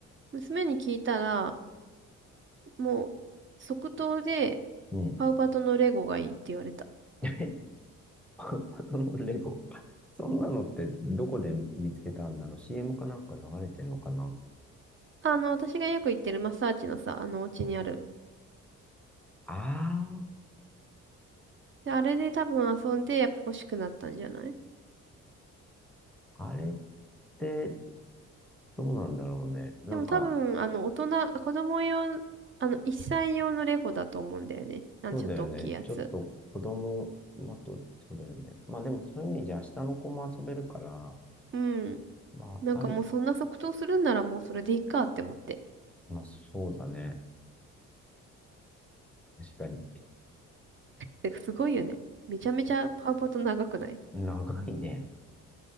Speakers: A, on the right (about 40°); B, in the centre.
A: 娘に聞いたら、もう、即答で、
B: うん。
A: パウパトのレゴがいいって言われた。
B: えパパとのレゴ。そんなのってどこで見つけたんだろう ?CM かなんか流れてんのかな
A: あの、私がよく行ってるマッサージのさ、あの、お家にある。
B: あ
A: で、あれで多分遊んで、やっぱ欲しくなったんじゃない
B: あー、あれってどうなんだろうね。なんか、
A: でも多分、あの、大人、子供用、あの、1歳用のレゴだと思うんだよね。あの、
B: そうだよね。
A: ちょっと大きいやつ。
B: ちょっと子供のと、そうだよね。まあでもそういう意味じゃ下の子も遊べるから、
A: うん。
B: まああり、
A: なんかもうそんな即答するんならもうそれでいいかって思って。
B: まあそうだね。確かに。
A: てかすごいよね。めちゃめちゃパウパト長くない
B: 長いね。